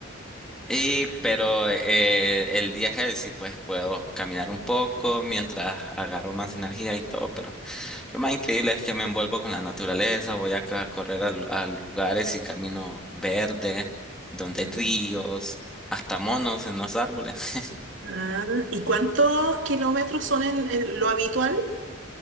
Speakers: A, in the centre; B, on the right.
A: Y, pero eh, el día heavy sí, pues puedo caminar un poco mientras agarro más energía y todo. Pero lo más increíble es que me envuelvo con la naturaleza. Voy a, ca- correr a, lu- a lugares y camino verde, donde
B: Mm.
A: hay ríos, hasta monos en los árboles.
B: Ah, ¿y cuántos kilómetros son en, en lo habitual?